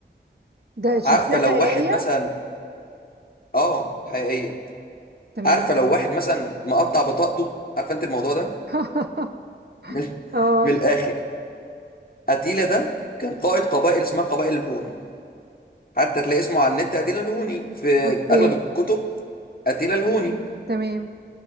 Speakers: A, on the right; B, on the left.
A: ده شخصية
B: عارفة لو
A: حقيقية
B: واحد مثلا اه حقيقية
A: تمام
B: عارفة لو واحد مثلا مقطع بطاقته عارفة انت الموضوع ده
A: <laughs>
B: <laughs> من
A: اه
B: من الاخر قتيلة ده كان قائد قبائل اسمها قبائل الهون حتى تلاقي اسمه على النت أتيلا الهوني في
A: اوكي
B: أغلب الكتب أتيلا الهوني
A: تمام